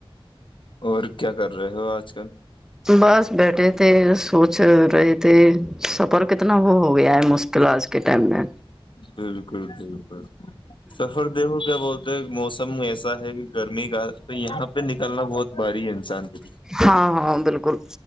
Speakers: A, on the left; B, in the centre.
A: اور کیا کر رہے ہو آج کل
B: بس بیٹھے تھے سوچ رہے تھے سفر کتنا وہ ہو گیا ہے مشکل آج کے ٹائم میں
A: بالکل بالکل سفر دیکھو کیا موسم م ایسا ہے کہ گرمی کا تو یہاں پہ نکلنا بہت بھاری ہے انسان کے لیے
B: ہاں ہاں بالکل